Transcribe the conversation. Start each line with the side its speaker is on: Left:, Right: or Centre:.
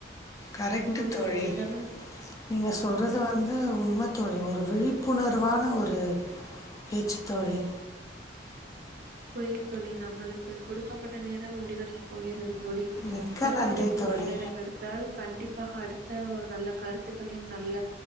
Left: கரெக்ட்டு
Right: புரியுது
Left: தோழி
Right: முடிந்தாலும்
Left: நீங்க சொல்றது
Right: ம்
Left: வந்து உண்ம தோழி ஒரு விழிப்புணர்வான ஒரு பேச்சு தோழி
Right: பொய் தோழி நம்ளுக் க்கு கொடுக்கப்பட்ட நேரம் முடிவடைய போகிறது தோழி
Left: மிக்க
Right: மறுமுறை
Left: நன்றி ம்.
Right: பேச
Left: தோழி.
Right: நேரம் கெடைத்தால் கண்டிப் பா அடுத்த ஒரு நல்ல கருத்துக்களையும் நல்ல